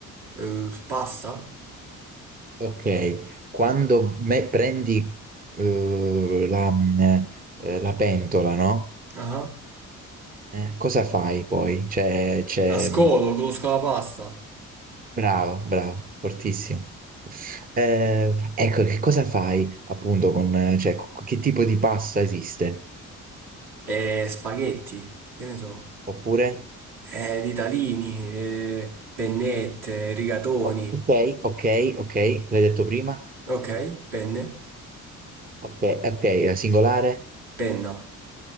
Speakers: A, on the right (about 55°); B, on the right (about 20°).
A: Eh, pasta?
B: Ok, quando me- prendi eh, la, eh, la pentola, no?
A: Ah.
B: Eh, cosa fai poi? C'è, c'è,
A: La scolo, conosco la pasta.
B: Bravo, bravo, fortissimo. Eh, ecco, che cosa fai appunto con, eh, cioè, co- che tipo di pasta esiste?
A: E spaghetti, che ne so.
B: Oppure,
A: Eh, ditalini, eh, pennette, rigatoni.
B: o- ok, ok, ok, l'hai detto prima,
A: Ok, penne,
B: ok, ok, è singolare,
A: penna,